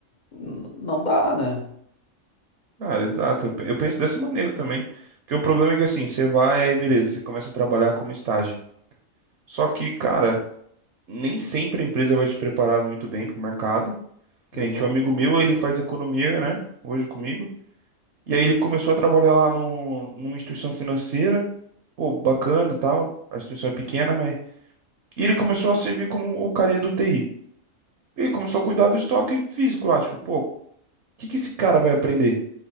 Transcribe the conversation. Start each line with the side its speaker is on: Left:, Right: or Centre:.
Left: n- não dá, né?
Right: Cara, exato, eu, pe- eu penso dessa maneira também. Porque o problema é que assim, você vai, aí beleza, você começa a trabalhar como estágio. Só que, cara, nem sempre a empresa vai te preparar muito bem pro mercado. Que
Left: Exato.
Right: nem tinha um amigo meu, ele faz economia, né? Hoje comigo. E aí ele começou a trabalhar lá num, numa instituição financeira. Pô, bacana e tal. A instituição é pequena, mas. E ele começou a servir como o carinha do TI. Ele começou a cuidar do estoque físico lá. Tipo, pô, o que que esse cara vai aprender